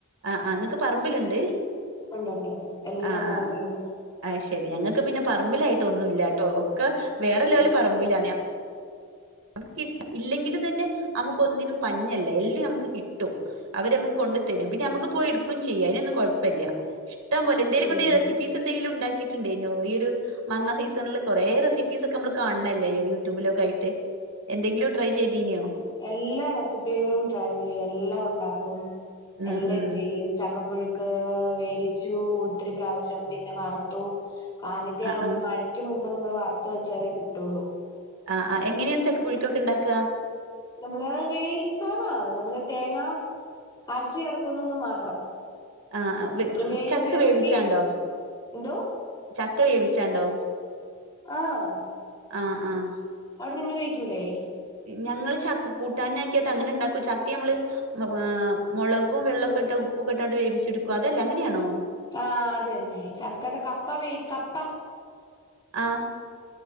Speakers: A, on the right; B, on the left.
A: ആഹ് ആഹ്. ഇങ്ങക്ക് പറമ്പില്ണ്ട്.
B: ഉണ്ട്ണ്ട് ഉണ്ട്. എല്ലാം
A: ആഹ്
B: പറമ്പിലുണ്ട്
A: ആഹ് അയ്ശരി. ഞങ്ങക്ക് പിന്നെ പറമ്പിലായിട്ട് ഒന്നൂല്ലാട്ടോ. ഒക്കെ വേറെല്ലോലെ
B: ഉം
A: പറമ്പിലാണ്. നമുക്ക് കി ഇല്ലെങ്കിലും തന്നെ നമുക്ക് ഒന്നിനും പഞ്ഞല്ല. എല്ലാം നമുക്ക് കിട്ടും. അവരമ്മുക്ക് കൊണ്ട്. തരും.
B: ഉം
A: പിന്നെ മ്മക്ക് പോയി ഇട്ക്കും ചെയ്യ. അയിനൊന്നും കൊഴ്പ്പല്ലാ. ഇഷ്ട്ടം പോലെ എന്തേലും
B: ഉം
A: കൊണ്ട് റെസിപ്പി പീസ് എന്തേങ്കിലും ഇണ്ടാക്കിയിട്ടുണ്ടയ്നോ ഈ ഒരു മാങ്ങ സീസണ്ല് കൊറേ റെസിപ്പീസൊക്കെ നമ്മള് കാണണല്ലേ യൂട്യൂബിലൊക്കെ ആയിട്ട്. എന്തെങ്കിലും ട്രൈ ചെയ്തീന്യോ?
B: എല്ലാ റെസിപ്പികളും ട്രൈ ചെയ്യും. എല്ലാം ഉണ്ടാക്കും.
A: ഉം
B: എല്ലാം
A: ഉം
B: ചെയ്യും ചക്കപ്പുഴു ക്ക് വേവിച്ചു ഒത്തിരി പ്രാവിശ്യം പിന്നെ വറ്ത്തു ആദ്യത്ത്യാ
A: ആ ആ
B: ഒരു മഴ ക്ക് മുമ്പ് നമ്മള് വർത്ത്‌ വെച്ചാലേ കിട്ടൊള്ളൂ.
A: ആഹ് ആഹ് എങ്ങനെണ് ചക്ക പുഴുക്കൊക്കെണ്ടാക്ക?
B: നമ്മള് വേയി സാധാ നമ്മള് തേങ്ങ അരച്ചേർക്കുന്നുന്ന് മാത്രം.
A: ആഹ് ആഹ് വ്
B: വേ
A: ചക്ക വേവിച്ചാണ്ടോ
B: വെട്ടി എന്തോ
A: ചക്ക വേവിച്ചാണ്ടോ?
B: ആഹ്
A: ആഹ് ആഹ്.
B: അവടെ നിങ്ങള് വേവിക്കൂല്ലേ?
A: ഞങ്ങള് ചക്കക്കൂട്ടാനാക്ക്യാട്ട് അങ്ങനെണ്ടാക്കും ചക്ക്യമ്മള് ഏഹ് മൊളകും വെള്ളൊക്കെട്ട് ഉപ്പുക്കെട്ടാട്ട് വേവിച്ചെട്ക്കും അതെല്ലേ അങ്ങന്യാണോ?
B: ആഹ് അതെന്നെ ചക്കടെ കപ്പ വേവി കപ്പ.
A: ആഹ്